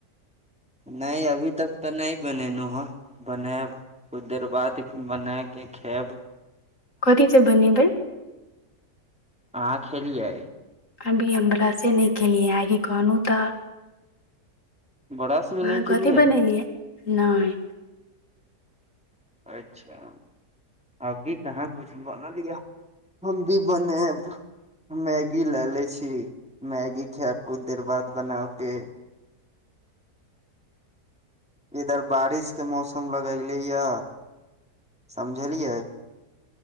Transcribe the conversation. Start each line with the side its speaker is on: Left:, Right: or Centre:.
Centre: नहि अभी तक तऽ नहि बनेलहु हैं बनायब। कुछ देर बाद बना के खैब।
Left: कथि सब बनेबय?
Centre: अहाँ खेलियै।
Left: अभी हम ब्रशनहि केलियै आहांके कहलू तऽ।
Centre: ब्रश भी
Left: अहाँ
Centre: नहि
Left: कथी
Centre: केलियै
Left: बनेलियै नहि।
Centre: अच्छा अभी कहाँ कुछ बनलया। हम भी बनैब। मैगी लैले छी मैगी खैब किछु देर बाद बनाके। इधर बारिश के मौसम लगले या समझलियै।